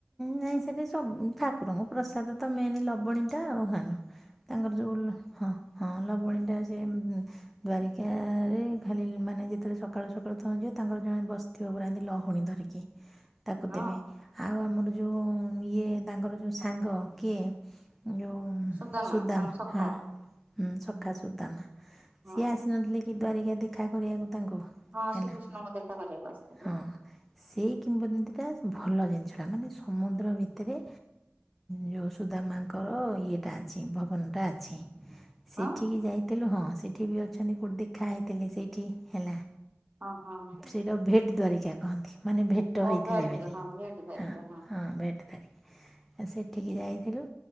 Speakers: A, in the centre; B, on the right.
A: ନାଇଁ ସେଠି ସବ ଠାକୁରଙ୍କ ପ୍ରସାଦ ତ ମେନ୍ ଲବଣୀ ଟା ଆଉ ହାନ‌। ତାଙ୍କର ଯୋଉ ହଁ ହଁ ଲବଣୀ ଟା ସେ ଦ୍ଵାରିକା ରେ ଖାଲି ମାନେ ଯେତେବେଳେ ସକାଳୁ ସକାଳୁ ତମେ ଯିବ ତାଙ୍କର ଜଣେ ବସିଥିବ ପୁରା ଏମ ଲହୁଣୀ ଧରିକି ତାକୁ
B: ହଁ
A: ଦେବେ। ଆଉ ଆମର ଯୋଉ ଇଏ ତାଙ୍କର ଯଉ ସାଙ୍ଗ କିଏ ଯଉ
B: ସୁଦାମା
A: ସୁଦାମ୍
B: ତାଙ୍କ ସଖା
A: ହଁ। ହୁଁ ସଖା ସୁଦାମା
B: ହଁ।
A: ସିଏ ଆସିନଥିଲେ କି ଦ୍ୱାରିକା ଦେଖା କରିବାକୁ ତାଙ୍କୁ?
B: ହଁ
A: ହେଲା
B: ଶ୍ରୀକୃଷ୍ଣଙ୍କୁ ଦେଖା କରିବାକୁ ଆସିଥିଲେ।
A: ହଁ ସେଇ କିମ୍ବଦନ୍ତୀଟା ଭଲ ଜିନିଷଟା ମାନେ ସମୁଦ୍ର ଭିତରେ ଯୋଉ ସୁଦାମାଙ୍କର ଇଏଟା ଅଛି ଭବନଟା ଅଛି। ସେଠିକି
B: ହଁ
A: ଯାଇଥିଲୁ ହଁ ସେଠି ବି ଅଛନ୍ତି କୋଉଠି ଦେଖା ହେଇଥିଲେ ସେଇଠି ହେଲା।
B: ହଁ ହଁ।
A: ସେଇଟାକୁ ଭେଟ୍ ଦ୍ୱାରିକା କହନ୍ତି ମାନେ ଭେଟ
B: ଓ
A: ହେଇଥିଲେ ବୋଲି
B: ଦେ ହଁ ଭେଟ ଦ୍ୱାରିକା
A: ହଁ ହଁ ଭେଟ୍ ଦରିକା। ସେଠିକି ଯାଇଥିଲୁ।